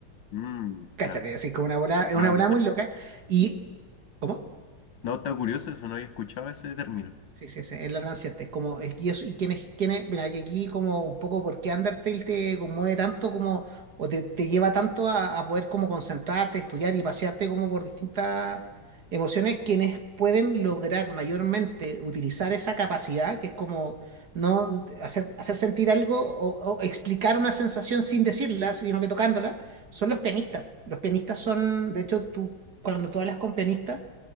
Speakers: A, on the left (about 65°); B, on the right (about 50°).
A: Mm,
B: Cáchate,
A: claro.
B: así como una bola, es
A: Ah,
B: una bola
A: curioso.
B: muy loca. Y, ¿cómo?
A: No, está curioso eso, no había escuchado ese término.
B: Sí, sí, sí, es la ranciente. Es como, es- y, eso, y quién es, quién es- mira, y aquí como un poco por qué Undertale te conmueve tanto como, o te, te lleva tanto a, a poder como concentrarte, estudiar y pasearte como por distintas emociones, quienes pueden lograr mayormente utilizar esa capacidad, que es como no hacer, hacer sentir algo o, o explicar una sensación sin decirla, sino que tocándola, son los pianistas. Los pianistas son, de hecho, tú, cuando tú hablas con pianistas,